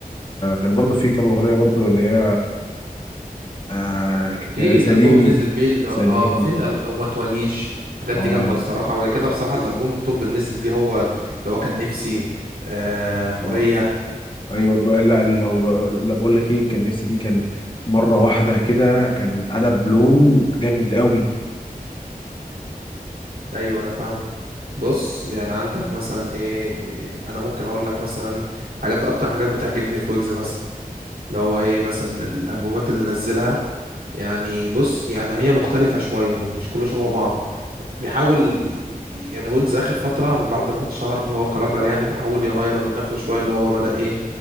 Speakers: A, on the left (about 35°); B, on the right (about 85°).
A: برضو في كام أغنية برضو اللي هي آه، ك- ك-
B: ايه
A: ساليني
B: الالبوم اللي نزل بيه اللي
A: ساليني
B: اه في الألب... وما تواليش الحاجات
A: اه
B: دي جامده بصراحه وبعد كده بصراحه الالبوم التوب اللي نزل بيه هو اللي هو كان نفسي آه حوريه
A: اه ايوه ب- لا لو لا بقول لك ايه كان نفسي دي كان مره واحده كده كان قلب لون جامد قوي
B: ايوه انا فاهمه بص يعني عندك مثلا ايه انا ممكن اقول لك مثلا حاجات اكتر حاجات بتعجبني في ويجز مثلا اللي هو ايه مثلا الالبومات اللي نزلها يعني بص يعني هي مختلفه شويه مش كله شبه بعض بيحاول ي- يعني ويجز اخر فتره من بعد ما اتشهر اللي هو كرابر يعني بيحاول يغير من نفسه شويه اللي هو بدا ايه